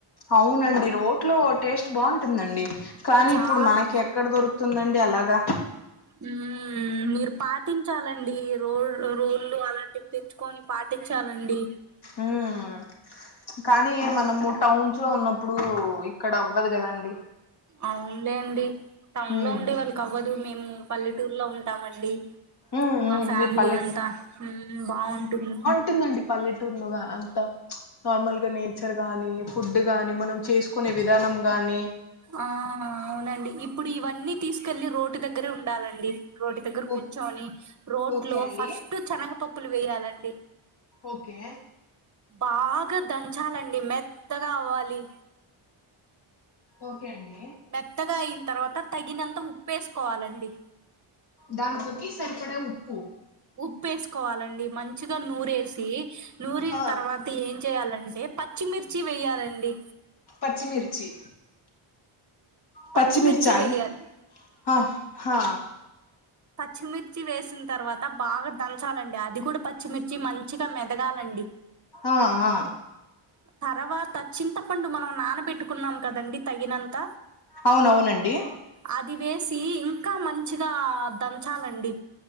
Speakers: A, on the left; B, on the right.
A: అవునండి రోట్లో టేస్ట్ బావుంటుందండి కానీ
B: చాలా
A: ఇప్పుడు మనకి ఎక్కడ దొరుకు తుందండి అలాగా
B: మ్మ్ మీరు పాటించాలండి రోల్ రోళ్లు అలాంటివి తెచ్చుకొని పాటించాలండి.
A: ఉమ్ కానీ మనము టౌన్స్ లో ఉన్నప్పుడు ఇక్కడ అవ్వదు కదండి.
B: అవునులే అండి టౌన్
A: ఉమ్
B: లో ఉండే వాళ్ళకి కవ్వదు మేము పల్లెటూరులో ఉంటామండి.
A: ఉమ్ ఉమ్
B: మా ఫ్యామిలీ
A: మీరు పల్లెటూ
B: అంతా ఉమ్మ్ బావుంటుంది.
A: పుట్టిందండి పల్లెటూరులో అ అంతా నార్మల్ గా నేచర్ గానీ, ఫుడ్ గాని, మనం చేసుకునే విధానం గానీ
B: ఆ అవునండి ఇప్పుడు ఇవన్నీ తీసుకెళ్లి రోడ్ దగ్గరే ఉండాలండి. రోటీ దగ్గర
A: ఓ
B: కూర్చొని రోట్లో
A: ఓకే అండి
B: ఫస్ట్ శనగ పప్పులు వేయాలండి.
A: ఓకే
B: బాగా దంచాలండి మెత్తగా అవ్వాలి.
A: ఓకే అండి
B: మెత్తగా అయిన తర్వాత తగినంత ఉప్పేసుకోవాలండి.
A: దాంట్లోకి సరిపడే ఉప్పు
B: ఉప్పుసుకోవాలండి మంచిగా నూరేసి నూరిన
A: ఆ
B: తర్వా తి ఏం చేయ్యాలంటే పచ్చిమిర్చి వేయ్యాలండి.
A: పచ్చిమిర్చి పచ్చిమిర్చా
B: పచ్చిమిర్చి
A: అండి
B: వేయాలి
A: ఆ హఆ
B: పచ్చిమిర్చి వేసిన తర్వాత బాగా దంచాలండి అది కూడా పచ్చిమిర్చి మంచిగా మెదగాలండి.
A: ఆ ఆ
B: తర్వాత చింతపండు మనం నానబెట్టుకున్నాం కదండి తగినంత
A: అవునవునండి
B: అది వేసి ఇంకా మంచిగా దంచాలండి.